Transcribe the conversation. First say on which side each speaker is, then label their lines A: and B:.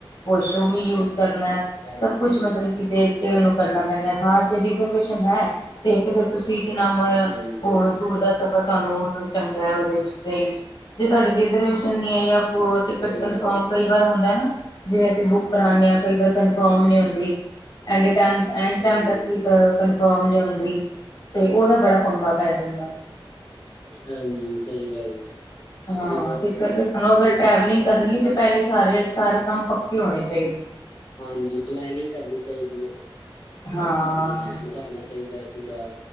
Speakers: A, on the left (about 55°); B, on the left (about 75°).
A: ਵਾਸ਼ਰੂਮ ਵੀ ਯੂਜ ਕਰਨਾ।
B: ਹਾਂਜੀ
A: ਸਭ ਕੁਛ ਮਤਲਬ ਕਿ ਦੇਖ ਕੇ ਉਹਨੂੰ ਕਰਨਾ ਪੈਂਦਾ ਹਾਂ ਜੇ ਰਿਜਰਵੇਸ਼ਨ ਹੈ, ਤੇ ਤੇ ਫਿਰ ਤੁਸੀਂ- ਨਾਮ
B: ਹਾਂਜੀ
A: ਹੋਰ ਦੂਰ ਦਾ ਸਫ਼ਰ ਤੁਹਾਨੂੰ ਚੰਗਾ ਹੈ ਉਹਦੇ ਜੇ ਤੁਹਾਡੀ ਰਿਜਰਵੇਸ਼ਨ ਜਾਂ- ਟਿਕਟ
B: ਸਹੀ
A: ਕਮਫਰ
B: ਗੱਲ ਹੈ
A: ਕਈ ਵਾਰ ਹੁੰਦਾ ਨਾ, ਜਿਵੇਂ ਅਸੀਂ ਬੁੱਕ ਕਰਾਉਂਦੇ ਆਂ, ਕਈ ਵਾਰ ਕਫਰਮ ਨਹੀ ਹੁੰਦੀ। <unintelligible>
B: ਹਾਂਜੀ
A: ਤੇ ਉਹਦਾ ਬੜਾ ਪੰਗਾ ਪੈ ਜਾਂਦਾ।
B: ਹਾਂਜੀ, ਸਹੀ ਗੱਲ।
A: ਹਾਂ
B: ਜਿਵੇਂ
A: ਇਸ ਕਰਕੇ ਸਾਨੂੰ ਅਗਰ
B: ਇਹ
A: ਟਰੈਵਲਿੰਗ
B: ਹਾਂਜੀ
A: ਕਰਨੀ, ਤਾਂ ਪਹਿਲੇ ਸਾਰੇ ਸਾਰੇ ਕੰਮ ਪੱਕੇ ਹੋਣੇ ਚਾਹੀਦੇ।
B: ਹਾਂਜੀ, ਪਲੈਨਿੰਗ ਕਰਨੀ ਚਾਹੀਦੀ ਹੈ।
A: ਹਾਂ
B: ਪੂਰੀ ਜਿਵੇਣਾ ਚਾਹੀਦਾ ਹੈ ਪੂਰਾ